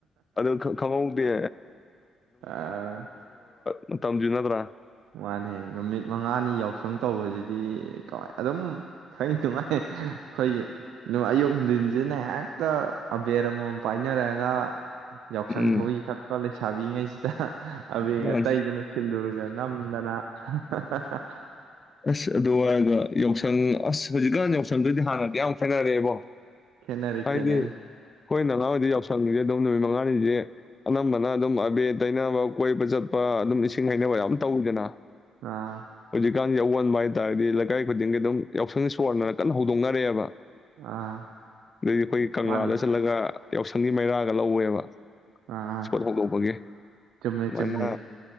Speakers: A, on the left; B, on the right.
A: ꯑꯗꯨ ꯈ- ꯈꯪꯍꯧꯗꯦ
B: ꯑꯥ
A: ꯃꯇꯝꯁꯦ ꯅꯠꯇ꯭ꯔꯥ
B: ꯃꯥꯅꯦ ꯅꯨꯃꯤꯠ ꯃꯉꯥꯅꯤ ꯌꯥꯎꯁꯪ ꯇꯧꯕꯁꯤꯗꯤ ꯀꯃꯥꯏ ꯑꯗꯨꯝ ꯈꯡꯉꯤꯗꯨꯉꯥꯏ ꯑꯩꯈꯣꯏꯒꯤ ꯑꯌꯨꯛ ꯅꯨꯡꯊꯤꯟꯁꯤꯅ ꯍꯦꯛꯇ ꯑꯕꯦꯔ ꯑꯃꯃꯝ ꯄꯥꯏꯅꯔꯒ ꯌꯥꯎꯁꯪ
A: ꯎꯝ
B: ꯊꯧꯔꯤ ꯊꯠꯄ ꯂꯩꯁ ꯊꯥꯕꯤꯉꯩꯁꯤꯗ ꯑꯕꯦꯔꯒ
A: ꯃꯥꯅꯤ
B: ꯇꯩꯗꯅ ꯁꯤꯜꯗꯨꯔꯒ ꯅꯝꯗꯅ ꯍꯥ ꯍꯥ ꯍꯥ
A: ꯑꯁ ꯑꯗꯨ ꯍꯥꯏꯒ ꯌꯥꯎꯁꯪ ꯌꯥꯎꯁꯪ ꯑꯁ ꯍꯧꯖꯤꯛꯀꯥꯟ ꯌꯥꯎꯁꯪꯗꯨꯗꯤ ꯍꯥꯟꯅꯗꯩꯩ ꯌꯥꯝ ꯈꯦꯠꯅꯔꯦꯕꯣ
B: ꯈꯦꯠꯅꯔꯦ
A: ꯍꯥꯏꯗꯤ
B: ꯈꯦꯠꯅꯔꯦ
A: ꯑꯩꯈꯣꯏꯅ ꯑꯉꯥꯡ ꯑꯣꯏꯔꯤꯉꯥꯏꯗꯗꯤ ꯌꯥꯎꯁꯪꯉꯁꯦ ꯑꯗꯨꯝ ꯅꯨꯃꯤꯠ ꯃꯉꯥꯅꯤꯁꯦ ꯑꯅꯝꯕꯅ ꯑꯗꯨꯝ ꯑꯕꯦꯔ ꯇꯩꯅꯕ ꯀꯣꯏꯕ ꯆꯠꯄ ꯑꯗꯨꯝ ꯏꯁꯤꯡ ꯍꯩꯅꯕ ꯌꯥꯝ ꯇꯧꯋꯤꯗꯅ
B: ꯑꯥ
A: ꯑꯥꯑꯣꯟꯕ ꯍꯥꯏꯇꯥꯥꯔꯗꯤ ꯂꯩꯀꯥꯏ ꯈꯨꯗꯤꯡꯒꯤ ꯑꯗꯨꯝ ꯌꯥꯎꯁꯪ ꯏꯁꯄꯣꯔꯠ ꯍꯥꯏꯅ ꯀꯟꯅ ꯍꯧꯗꯣꯛꯅꯔꯛꯑꯦꯕ
B: ꯑꯥ
A: ꯑꯗꯩꯗꯤ ꯑꯩꯈꯣꯏ ꯀꯪꯂꯥꯗ
B: ꯃꯥꯅꯦ
A: ꯆꯠꯂꯒ ꯌꯥꯎꯁꯪꯒꯤ ꯃꯩꯔꯥꯒ ꯂꯧꯋꯦꯕ
B: ꯑꯥ ꯑꯥ
A: ꯁꯄꯣꯠ ꯍꯣꯡꯗꯣꯛꯄꯒꯤ
B: ꯆꯨꯝꯃꯦ
A: ꯑꯗꯨꯃꯥꯏꯅ
B: ꯆꯨꯝꯃꯦ